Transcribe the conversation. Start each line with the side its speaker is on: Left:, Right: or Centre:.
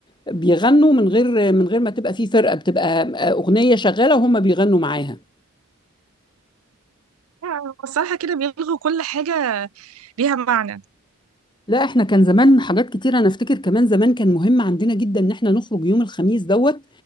Left: بيغنوا من غير من غير ما تبقى فيه فرقه بتبقى اغنيه شغاله وهم بيغنوا معاها
Right: آه، الصراحة كده بيلغوا كل حاجة ليها معنى
Left: لا احنا كان زمان حاجات كتير انا افتكر كمان زمان كان مهم عندنا جدا ان احنا نخرج يوم الخميس دوت